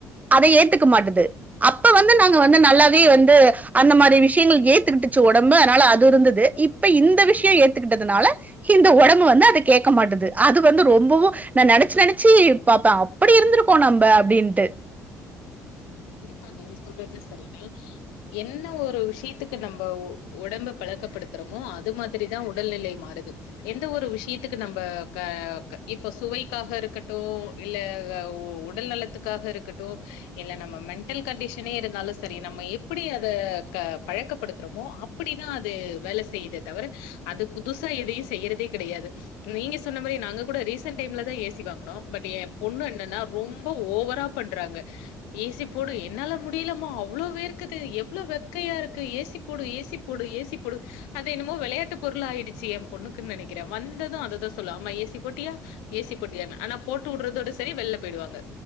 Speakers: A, on the right; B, on the left.
A: அத ஏத்துக்க மாட்டுது அப்ப வந்து நாங்க வந்து நல்லாவே வந்து அந்த மாரி விஷ்யங்கள் ஏத்துக்கிட்டுச்சு ஒடம்பு அனால அது இருந்தது இப்ப இந்த விஷ்ய ஏத்துக்கிட்டதுனால இந்த ஒடம்பு வந்து அத கேக்க மாட்டுது அது வந்து ரொம்பவு நா நெனச்சு நெனச்சு பாப்பே அப்புடி இருந்திருக்கோ நம்ப அப்டின்ட்டு
B: கண்டிப்பா நீங்க சொல்றது சரிதா என்ன ஒரு விஷயத்துக்கு நம்ப ஒடம்ப பழக்கப்படுத்துறோமோ அது மாதிரிதா உடல்நிலை மாறுது எந்த ஒரு விஷயத்துக்கு நம்ப க இப்ப சுவைக்காக இருக்கட்டு இல்ல உடல் நலத்துக்காக இருக்கட்டு இல்ல நம்ம மெண்டல் கண்டிஷனே இருந்தாலு சரி நம்ம எப்புடி அத க பழக்கப்படுத்துறோமோ அப்புடிதா அது வேல செய்யுத தவிர அது புதுசா எதையு செய்யுறதே கிடையாது நீங்க சொன்ன மாரி நாங்க கூட ரீசன்ட் டைம்லதா ஏ சி வாங்குனோ பட் ஏ பொண்ணு என்னன்னா ரொம்ப ஓவரா பண்றாங்க ஏ சி போடு என்னால முடியலம்மா அவ்ளோ வேர்க்குது எவ்ளொ வெக்கையாருக்கு ஏ சி போடு ஏ சி போடு ஏ சி போடு அது என்னமோ வெளயாட்டு பொருள் ஆயிடுச்சு ஏ பொண்ணுக்குன் நெனக்கிறே வந்தது அததா சொல்லு அம்மா ஏ சி போட்டியா ஏ சி போட்டியான்னு ஆனா போட்டு வுட்றதோட செரி வெள்ல போயிடுவாங்க